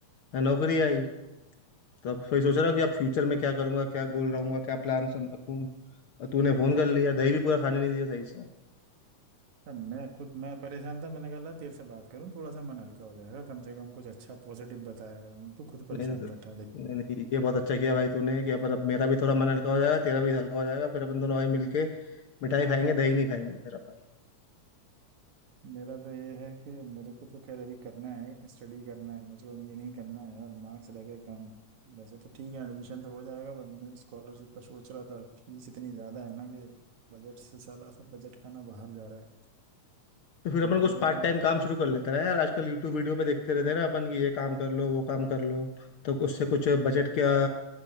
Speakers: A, on the left; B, on the right.
A: ना नौकरी आई तो अब वही सोच रहा हूँ कि अब फ्यूचर में क्या करूंगा क्या गोल रहूंगा क्या प्लान रखूँ और तूने फोन कर लिया दही भी पूरा खाने नहीं दिया सही से
B: अब मैं खुद मैं परेशान था मैंने कहा "ला, तेरे से बात करूं थोड़ा सा मन हल्का हो जाएगा कम से कम कुछ अच्छा पॉजिटिव बताएगा तू खुद परेशान
A: नहीं नहीं
B: बैठा
A: नहीं नहीं, ये बहुत अच्छा किया भाई तूने कि अपन अब मेरा भी थोड़ा मन हल्का हो जाएगा तेरा भी हल्का हो जाएगा फिर अपन दोनों भाई मिलके मिठाई खाएंगे दही नहीं खाएंगे फिर अपन
B: मेरा तो ये है कि मेरे को तो खैर अभी करना है स्टडी करना है मुझे इंजीनियरिंग करना है यार मार्क्स रह गए कम वैसे तो ठीक है एडमिशन तो हो जाएगा बट मैं स्कॉलरशिप का सोच रहा था फीस इतनी ज़्यादा है ना कि बजट से साला सब बजट का ना बाहर जा रहा है
A: तो फिर अपन
B: बजट
A: कुछ पार्ट
B: जो
A: टाइम काम शुरू कर लेते हैं ना यार आजकल यूट्यूब वीडियो पे देखते रहते हैं ना अपन कि ये काम कर लो वो काम कर लो तो उससे कुछ बजट का